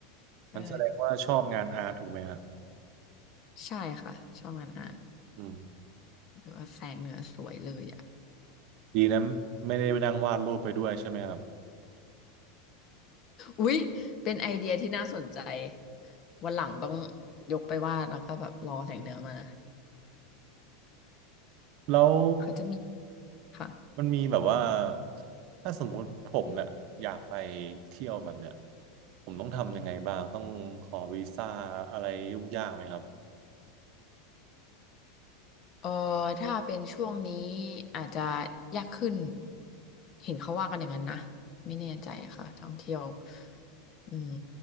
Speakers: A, on the left (about 40°); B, on the right (about 55°).
A: เออ
B: มันแสดงว่าชอบงานอาร์ตถูกไหมครับ
A: ใช่ค่ะชอบงานอาร์ต
B: อืม
A: หรือว่าแสงเหนือสวยเลยอ่ะ
B: ดีนะไม่ได้นั่งวาดรูปไปด้วยใช่ไหมครับ
A: อุ๊ยเป็นไอเดียที่น่าสนใจวันหลังต้องยกไปวาดแล้วก็แบบรอแสงเหนือมา
B: แล้ว
A: เขาจะมีค่ะ
B: มันมีแบบว่าถ้าสมมุติผมเนี่ยอยากไปเที่ยวแบบเนี้ยผมต้องทำยังไงบ้างต้องขอวีซ่าอะไรยุ่งยากไหมครับ
A: เออถ้าเป็นช่วงนี้อาจจะยากขึ้นเห็นเขาว่ากันอย่างนั้นนะไม่แน่ใจค่ะท่องเที่ยวอืม